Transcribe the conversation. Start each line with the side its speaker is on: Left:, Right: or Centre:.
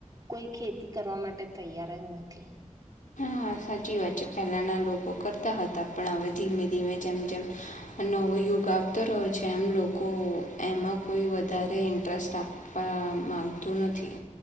Right: કોઈ ખેતી કરવા માટે તૈયાર જ નથી.
Left: હા સાચી વાત છે પહેલાંના લોકો કરતા હતા પણ હવે ધીમે ધીમે જેમ જેમ નવો યુગ આવતો રહ્યો છે એમ લોકો એમાં કોઈ વધારે ઇન્ટરેસ્ટ આપવા માગતું નથી.